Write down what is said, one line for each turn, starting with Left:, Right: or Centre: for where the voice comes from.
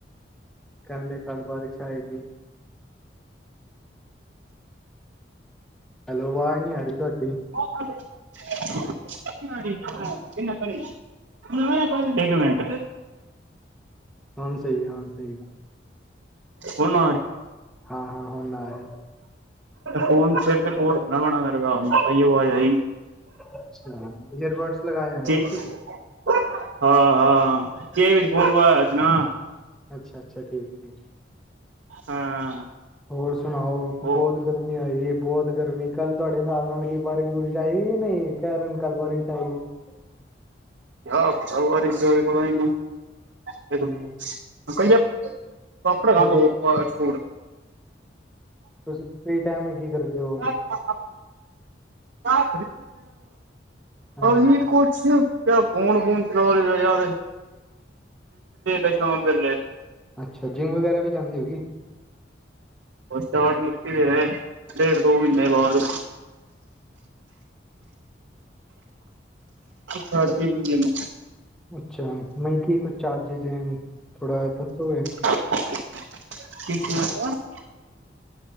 Centre: ਕਹਿੰਦੇ ਕੱਲ੍ਹ ਬਾਰਿਸ਼ ਆਏਗੀ ਹੈਲੋ, ਅਵਾਜ਼ ਨੀ ਆ ਰਹੀ ਤੁਹਾਡੀ
Right: <unintelligible> ਇੱਕ ਮਿੰਟ
Centre: ਹੁਣ ਸਹੀ ਹੈ ਹੁਣ ਸਹੀ ਹੈ
Right: ਹੁਣ
Centre: ਹਾਂ -ਹਾਂ ਹੁਣ ਆ ਰਹੀ
Right: ਫ਼ੋਨ ਸਿਰ ਦੇ ਕੋਲ਼ ਰੱਖਣਾ ਪੈਣਾ ਮੇਰੇ ਹਿਸਾਬ ਨਾਲ਼ ਤਾਂਹੀਓ ਵਾਜ਼ ਆਏਗੀ
Centre: ਅੱਛਿਆਂ ਈਅਰਬਡਸ ਲਗਾਏ
Right: <unintelligible>
Centre: ਹੋਣਗੇ ਤੁਸੀਂ ਅੱਛਾ -ਅੱਛਾ, ਠੀਕ -ਠੀਕ।
Right: ਹਾਂ
Centre: ਹੋਰ ਸੁਣਾਓ ਬਹੁਤ
Right: ਉਹ
Centre: ਗਰਮੀ ਆਈ ਹੈ ਬਹੁਤ ਗਰਮੀ ਕੱਲ੍ਹ ਤੁਹਾਡੇ ਹਿਸਾਬ ਨਾਲ਼ ਕੀ ਬਾਰਿਸ਼ -ਬੁਰਿਸ਼ ਆਈ ਜਾਂ ਨਹੀਂ ਕਹਿ ਰਹੇ ਨੇ ਕੱਲ੍ਹ ਬਾਰਿਸ਼ <unintelligible>
Right: <unintelligible> <unintelligible>
Centre: ਹੂੰ
Right: ਸਹੀ ਆ ਪਾਪੜ
Centre: ਹੋਰ
Right: ਦੋ ਫਾਸਟ ਫੂਡ।
Centre: ਤੁਸੀਂ ਫਰੀ ਟਾਇਮ ਮੈ ਕੀ ਕਰਦੇ ਹੋ
Right: <unintelligible>
Centre: ਹੋਰ
Right: <unintelligible> ਆ
Centre: ਹਾਂਜੀ
Right: ਹੀ ਕੁਛ ਫੋਨ ਫਾਨ ਚਲਾਉਂਦੇ ਰਹੇ ਯ <unintelligible> ਸ਼ਾਮ ਵੇਲੇ
Centre: ਅੱਛਾ ਜਿੰਮ ਵਗੈਰਾ ਵੀ ਜਾਂਦੀ ਹੋਊਗੀ।
Right: ਸਟਾਰਟ ਕੀਤੀ ਵੇ ਡੇਢ ਦੋ ਮਹੀਨੇ ਬਾਅਦ ਛੱਡਦੀ ਸੀ ਜਿੰਮ
Centre: ਅੱਛਾ ਮੈ ਕੀ ਕੁਛ ਚਾਰਜਿਸ ਦੇਣ ਥੋੜਾ ਦੱਸੋਗੇ।
Right: <unintelligible>